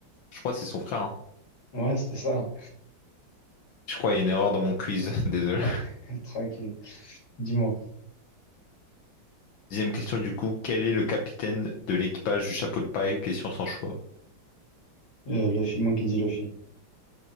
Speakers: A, on the left; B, on the left.
A: Je crois que c'est son frère. hein.
B: Ouais, c'était ça.
A: Je crois qu'il y a une erreur dans mon quiz, <laughs> désolé.
B: <laughs> Tranquille. Dis-moi.
A: Dixième question du coup, quel est le capitaine de l'équipage du chapeau de paille? Question sans choix.
B: Euh, Luffy, moi qui dis Luffy.